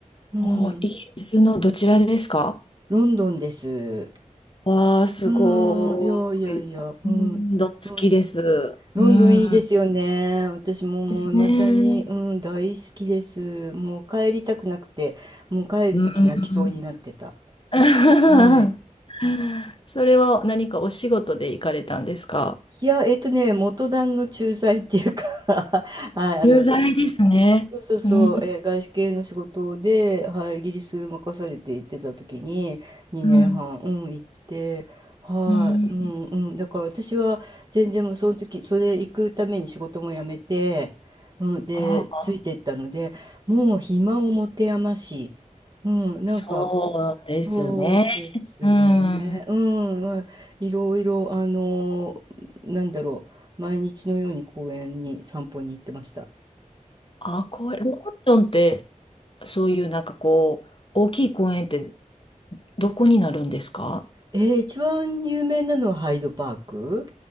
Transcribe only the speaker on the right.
うん、
ロンドンです。
うん、いやいやいや、うん、
ロン、ロンドンいいですよね。
私ももう未だに、
うん、大好きです。もう帰りたくなくて、もう帰るとき泣きそうになってた。
はい。
いや、えっとね、元旦の駐在っていうか <laughs> はい、あの、
そうそうそう、
えー外資系の仕事で、はい、イギリス任されて行ってた時に2年半、
うん、行って、はい、
うんうん、だから私は全然もうその時、それ行くために仕事も辞めて、うん、で、
ついてったので、もう暇を持て余し、うん、なんか、
そうですね、
うん、まあ、いろいろ、あの、なんだろう、毎日のように公園に散歩に行ってました。
えー、一番有名なのはハイドパーク